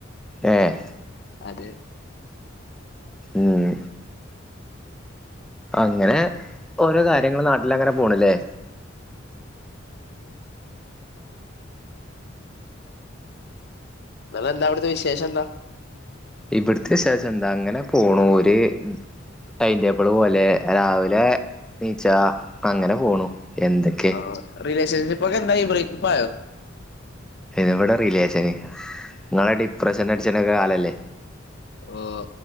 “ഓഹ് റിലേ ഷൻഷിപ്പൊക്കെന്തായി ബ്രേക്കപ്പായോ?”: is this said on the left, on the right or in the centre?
Left